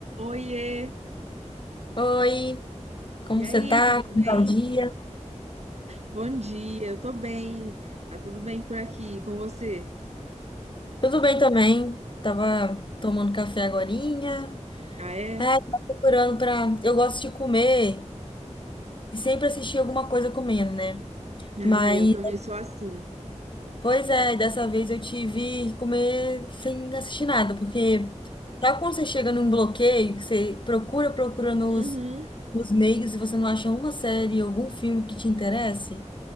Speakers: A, on the right (about 60°); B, on the left (about 40°).
A: Oiê!
B: Oi, como
A: E aí,
B: você tá?
A: tudo
B: Como
A: bem?
B: tá o dia?
A: Bom dia, eu tô bem. Tá tudo bem por aqui com você?
B: Tudo bem também. Tava tomando café agorinha.
A: Ah, é?
B: É, tava procurando pra... Eu gosto de comer e sempre assistir alguma coisa comendo, né?
A: Ah,
B: Mas,
A: eu também sou assim.
B: pois é, dessa vez eu tive que comer sem assistir nada, porque sabe quando você chega num bloqueio, que você procura, procura nos,
A: Uhum.
B: nos meios e você não acha uma série, algum filme que te interesse?